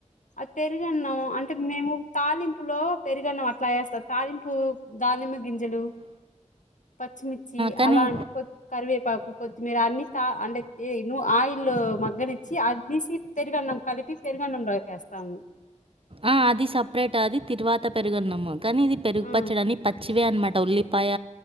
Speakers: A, on the left; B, on the right.
A: అది పెరుగన్నం అంటే మేము తాలింపులో పెరుగన్నం అట్లా ఎస్తం తాలింపు దానిమ్మ గింజలు పచ్చిమిర్చి
B: కానీ
A: అలాంటి కొ కరివేపాకు కొత్తిమీర అన్ని అంటే ఎ ను ఆయిల్లో మగ్గనిచ్చి అగ్గీసి పెరుగన్నం కలిపి పెరుగన్నంలో ఎస్తాము
B: ఆ అది సప్రేట్ అది తిరువాత పెరుగున్నాం కానీ ఇది పెరుగు
A: ఆ
B: పచ్చడని పచ్చివే అన్మా ట ఉల్లిపాయ